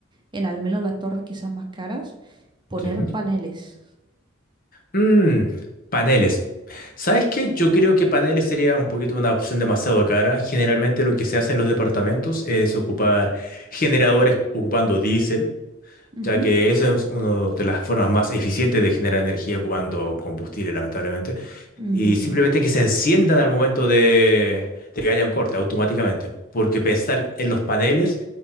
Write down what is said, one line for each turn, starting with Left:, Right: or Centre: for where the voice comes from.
Right: en al menos las torres quizás más caras, poner
Left: Sí. ¿no?
Right: paneles.
Left: Mm, paneles. ¿Sabes qué? Yo creo que paneles sería un poquito una opción demasiado cara. Generalmente lo que se hace en los departamentos es ocupar generadores ocupando diésel.
Right: Ujú,
Left: ya que esa es una de las formas más eficientes de generar energía ocupando combustible, lamentablemente.
Right: mm,
Left: Y simplemente que se enciendan al momento de, de que haya un corte, automáticamente. Porque pensar en los paneles,